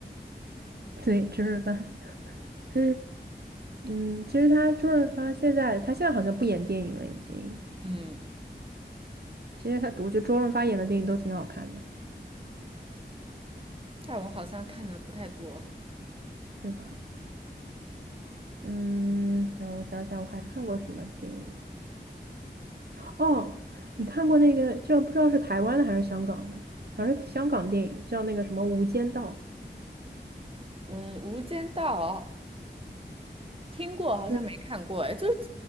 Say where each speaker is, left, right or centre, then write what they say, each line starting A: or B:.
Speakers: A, on the right; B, on the right.
A: 对，周润发。<laughs> 嗯，其实他周润发现在他现在好像不演电影了，已经。
B: 嗯，
A: 其实他，我觉得周润发演的电影都挺好看的，
B: 但我好像看的不太多。
A: 是吧？嗯，让我想想，我还看过什么电影？哦，你看过那个，这不知道是台湾的还是香港的，好像是香港电影，叫那个什么《无间道》。
B: 嗯，《无间道》听过，好像没看过，
A: 就是
B: 哎，就是